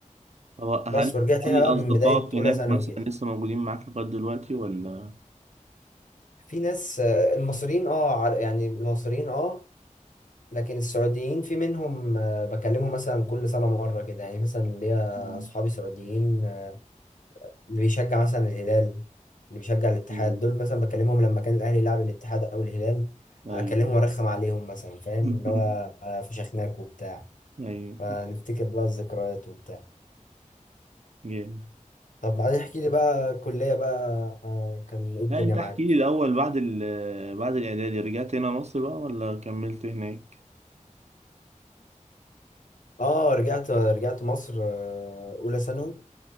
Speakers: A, on the right (about 55°); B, on the left (about 75°).
A: طب هل
B: بس ورجعت
A: هل
B: هنا بقى من
A: أصدقائك
B: بدايه
A: هناك
B: اولى ثانوي
A: مثلا
B: كده
A: لسه موجودين معاك لغاية دلوقتي ولا؟
B: في ناس آه، المصريين اه عار- يعني المصريين اه لكن السعوديين في منهم آه، بكلمهم مثلا كل سنه مره كده يعني مثلا ليا
A: مم.
B: اصحابي سعوديين اللي بيشجع مثلا الهلال اللي بيشجع الاتحاد
A: أيوة
B: دول مثلا بكلمهم لما كان الاهلي يلعب الاتحاد او الهلال
A: أيوة
B: اكلمهم وارخم عليهم مثلا فاهم
A: <laughs>
B: اللي هو آه، فشخناك وبتاع
A: أيوه
B: فنفتكر بقى الذكريات وبتاع
A: جامد
B: طب بعدين احكي لي بقى الكلية بقى آه، كان ايه الدنيا
A: لا انت
B: معاك
A: احكي لي الاول بعد ال بعد الاعدادي رجعت هنا مصر بقى ولا كملت هناك
B: اه رجعت رجعت مصر آه، اولى ثانوي